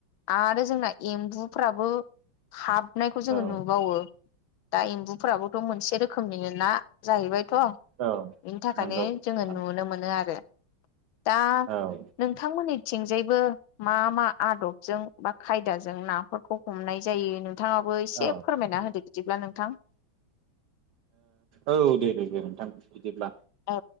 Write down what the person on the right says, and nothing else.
औ
औ
नंगौ नोंथां
औ
औ
औ दे दे दे नोंथां बिदिब्ला